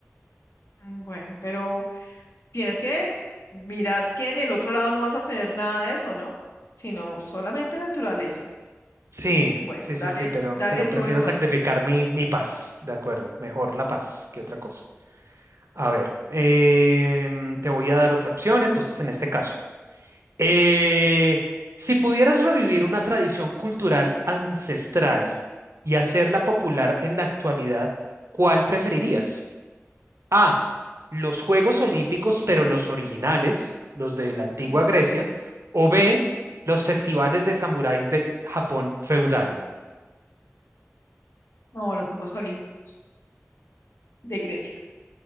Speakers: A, on the left; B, on the right.
A: Bueno, pero tienes que mirar que en el otro lado no vas a tener nada de eso, ¿no? Sino solamente naturaleza.
B: Sí,
A: Bueno,
B: sí, sí,
A: dale,
B: sí, pero,
A: dale
B: pero
A: tú
B: prefiero
A: entonces.
B: sacrificar mi, mi paz, de acuerdo, mejor la paz que otra cosa. A ver, em, te voy a dar otra opción, entonces en este caso. Eh, si pudieras revivir una tradición cultural ancestral y hacerla popular
A: Ujú,
B: en la actualidad, ¿cuál preferirías? A, los Juegos Olímpicos, pero los originales, los de la antigua
A: ujú,
B: Grecia, o B,
A: ujú.
B: los festivales de samuráis del Japón feudal.
A: No, los Juegos Olímpicos de Grecia,